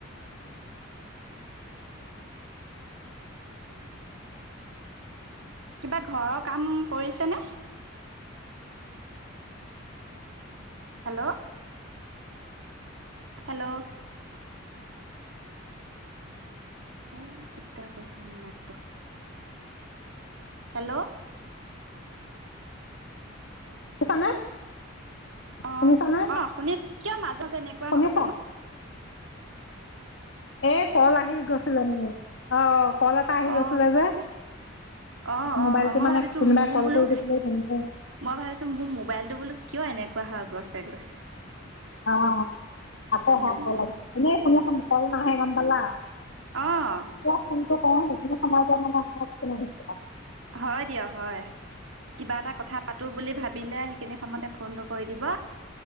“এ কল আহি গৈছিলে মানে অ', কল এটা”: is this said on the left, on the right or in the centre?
Left